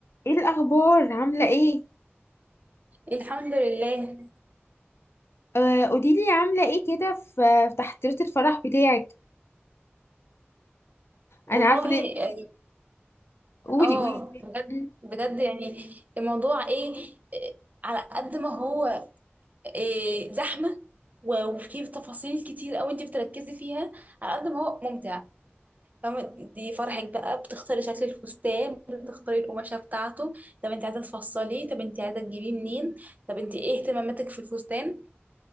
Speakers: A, on the left; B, on the right.
A: ايه الاخبار عامله ايه
B: الحمد لله
A: آه قوليلي عامله ايه كده في في تحضيرات الفرح بتاعك
B: والله
A: انا عارفه ان انت
B: اه
A: قولي
B: آه،
A: قولي
B: بجد
A: مم.
B: بجد يعني الموضوع ايه إيه، على قد ما هو إيه زحمة و- وفيه تفاصيل كتير قوي انت بتركزي فيها على قد ما هو ممتع فاهمة دي فرحك بقى بتختاري شكل الفستان بتختاري القماشة بتاعته طب انت عايزة تفصليه طب انت عايزة تجيبيه منين طب انت ايه اهتماماتك في الفستان